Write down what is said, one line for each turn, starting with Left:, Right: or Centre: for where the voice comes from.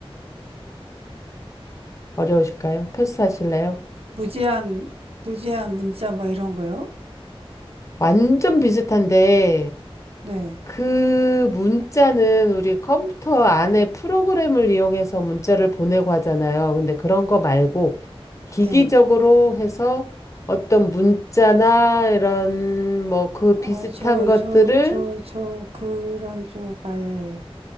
Left: 어려우실까요? 패스하실래요?
Right: 무제한 무제한 문자 뭐 이런 거요?
Left: 완전 비슷한데,
Right: 네.
Left: 그 문자는 우리 컴퓨터 안에 프로그램을 이용해서 문자를 보내고 하잖아요. 근데 그런 거 말고 기기적으로
Right: 네.
Left: 해서 어떤 문자나 이런 뭐 그
Right: 아,
Left: 비슷한
Right: 저,
Left: 것들을
Right: 저, 저, 저 그런 쪽 아예